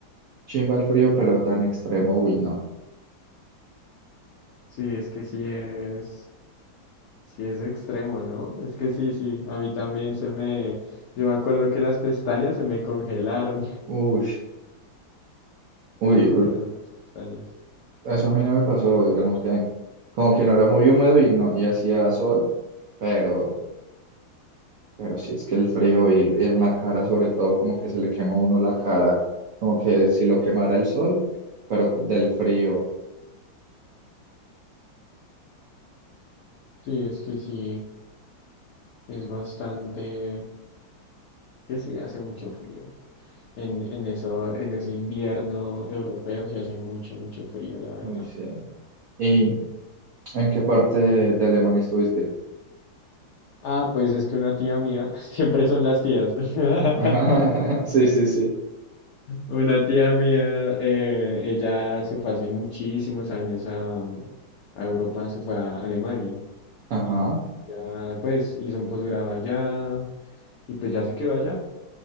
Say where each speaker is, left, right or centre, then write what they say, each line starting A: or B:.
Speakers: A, on the right (about 85°); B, on the left (about 85°).
A: chimba el frío, pero tan extremo, uy, no.
B: Sí, es que sí es. Sí, es extremo, ¿no? Es que sí, sí, a mí también se me... Yo me acuerdo que las pestañas se me congelaron, <laughs>
A: Uy, uy,
B: se me congelaron las pestañas.
A: eso a mí no me pasó, digamos que como que no era muy húmedo y no, y hacía sol, pero Pero si es que el frío y, y en la cara, sobre todo, como que se le quema a uno la cara, como que si lo quemara el sol, pero cu- del frío.
B: Sí, es que sí, es bastante... Que sí, hace mucho frío. En, en eso, en ese invierno europeo se hace mucho, mucho frío, la verdad.
A: Uy, sí. ¿Y en qué parte de, de Alemania estuviste?
B: Ah, pues es que una tía mía, <laughs> siempre son las tías. <laughs>
A: Ajá, <laughs> sí, sí, sí.
B: Una tía mía, eh, ella se fue hace muchísimos años a, a Europa, se fue a Alemania.
A: Ajá,
B: Ya, pues hizo un posgrado allá y pues ya se quedó allá.